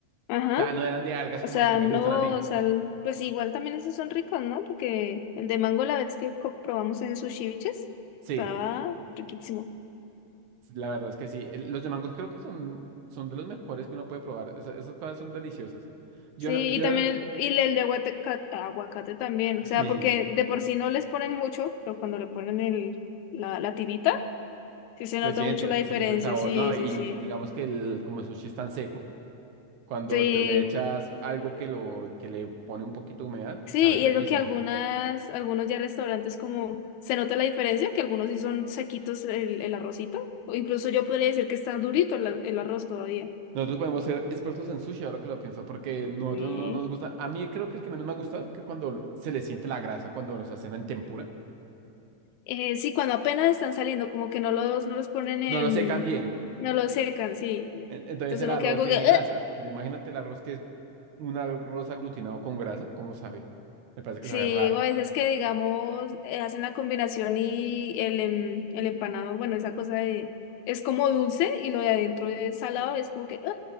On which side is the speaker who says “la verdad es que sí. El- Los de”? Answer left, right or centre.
Right